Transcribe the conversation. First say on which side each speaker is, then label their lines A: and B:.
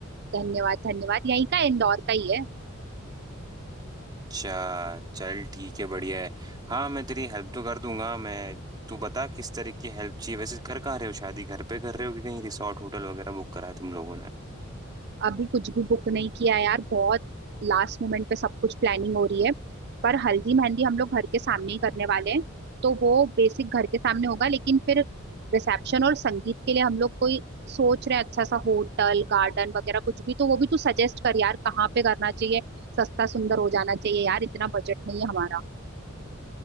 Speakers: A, on the right; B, on the right.
A: धन्यवाद धन्यवाद यहीं का इंदौर का ही है
B: अच्छा चल ठीक है बढ़िया है हाँ मैं तेरी हेल्प तो कर दूंगा मैं तू बता किस तरह की हेल्प चाहिए वैसे कर कहाँ रहे हो शादी घर पे कर रहे हो कि कहीं रिसोर्ट होटल वगैरह बुक करा है तुम लोगों ने
A: अभी कुछ भी बुक नहीं किया है यार बहुत लास्ट मोमेंट पे सब कुछ प्लानिंग हो रही है पर हल्दी मेहंदी हम लोग घर के सामने ही करने वाले हैं तो वो बेसिक घर के सामने होगा लेकिन फिर रिसेप्शन और संगीत के लिए हम लोग कोई सोच रहे हैं अच्छा सा होटल गार्डन वगैरह कुछ भी तो वो भी तू सजेस्ट कर यार कहाँ पे करना चाहिए सस्ता सुंदर हो जाना चाहिए यार इतना बजट नहीं है हमारा